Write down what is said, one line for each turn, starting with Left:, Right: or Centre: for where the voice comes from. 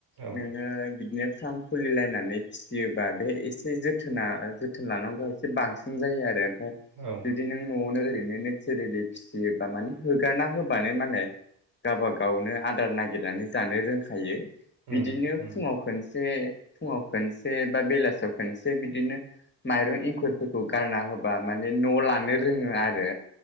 Right: औ
Left: नोङो बिदिनो फ्राम खुलिलायनानै फिसियोबा बे एसे जोथोना जोथोन लानांगौआ एसे बांसिन जायो आरो। फाय
Right: औ
Left: जुदि नों न'आवनो ओरै माने नेसारेलियै फिसियोबा माने होगारना होबानो मालाय गावबा गावनो आदार नागिरनानै जानो रों खायो।
Right: उम
Left: बिदिनो
Right: उम
Left: फुङाव खनसे फुङाव खनसे बा बेलासियाव खनसे बिदिनो माइरं एंखुरफोरखौ गारना होबा माने न लानो रोङो आरो।